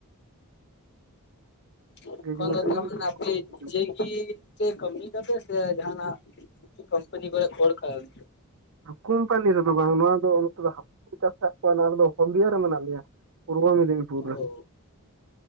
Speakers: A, on the left (about 50°); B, on the right (about 65°).
A: <unintelligible>
B: ᱜᱨᱮᱡᱩᱭᱮᱥᱚᱱ ᱫᱷᱟᱹᱵᱤᱡ ᱜᱮ ᱠᱚᱨᱟᱣ ᱦᱩᱭ ᱠᱟᱱᱟ᱾
A: ᱪᱮᱜ ᱜᱤ ᱪᱮᱜ ᱠᱟᱹᱢᱤᱭ ᱫᱟᱯᱮ ᱥᱮ ᱡᱟᱸᱦᱱᱟᱜ ᱠᱚᱢᱯᱟᱱᱤ ᱠᱚᱨᱮ ᱠᱷᱳᱲ ᱠᱟᱭ ᱢᱮ᱾
B: ᱠᱩᱢᱯᱟᱱᱤ ᱨᱮᱫᱚ ᱵᱟᱝ, ᱱᱚᱣᱟ ᱫᱚ ᱱᱚᱛᱮ ᱫᱚ ᱦᱟᱹᱠᱩ ᱠᱚ ᱪᱟᱥ ᱠᱟᱜ ᱠᱚᱣᱟ ᱱᱚᱣᱟ ᱨᱮᱫᱚ ᱦᱚᱞᱫᱤᱭᱟ ᱨᱮ ᱢᱮᱱᱟᱜ ᱞᱮᱭᱟ᱾ ᱯᱩᱨᱵᱚ ᱢᱮᱫᱤᱱᱤᱯᱩᱨ ᱨᱮ᱾
A: ᱚ